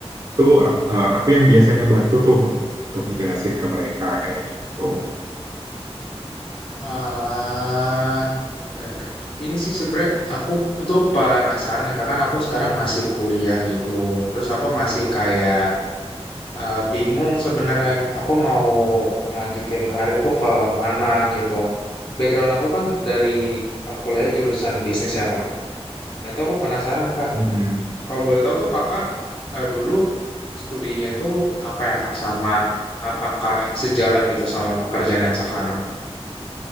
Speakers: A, on the right; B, on the left.
A: itu eh, aku yang biasanya bantu tuh untuk menjelasin ke mereka kayak gitu.
B: Walah, oke oke. Ini sih sebenernya aku tuh penasaran ya Kak, kan aku sekarang masih kuliah gitu. Terus aku masih kayak eh, bingung sebenarnya aku mau ngelanjutin karir tuh ke mana gitu. Background aku kan dari eh, kuliah jurusan bisnis ya kak. Nah itu aku penasaran kak.
A: mm
B: Kalau boleh tahu tuh kakak eh, dulu studinya itu apa ya kak sama apakah sejalan gitu sama pekerjaan yang sekarang?